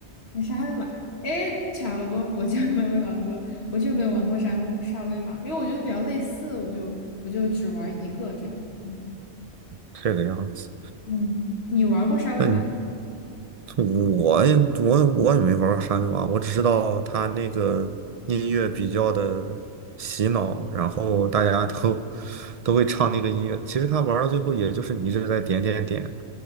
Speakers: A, on the left (about 65°); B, on the right (about 50°).
A: 那沙威玛，哎，巧了不，我就没有玩过，我就没有玩过沙威沙威玛，因为我觉得比较类似，我就我就只玩一个这样。嗯。
B: 这个样子。
A: 嗯，你玩过沙威玛？
B: 那你我也我我也没玩过沙威玛，我只知道它那个音乐比较的洗脑，然后大家都都会唱那个音乐。其实他玩到最后，也就是你一直在点点点，